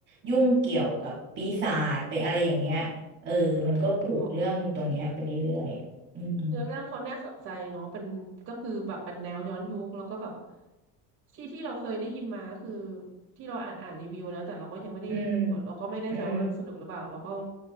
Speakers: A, on the right; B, on the right.
A: ยุ่งเกี่ยวกับปีศาจไปอะไรอย่างเงี้ยเออมันก็ผูกเรื่องตรงเนี้ยไปเรื่อยๆอืม
B: อ๋อ เนื้อเรื่องเขาน่าสนใจเนาะเป็นก็คือแบบเป็นแนวย้อนยุคแล้วก็แบบที่ที่เราเคยได้ยินมาก็คือที่เราอ่านอ่านรีวิวนะแต่เราก็ยังไม่ได้ดูอะเราก็ไม่แน่ใจว่ามันสนุกหรือเปล่าเราก็
A: อืมอืม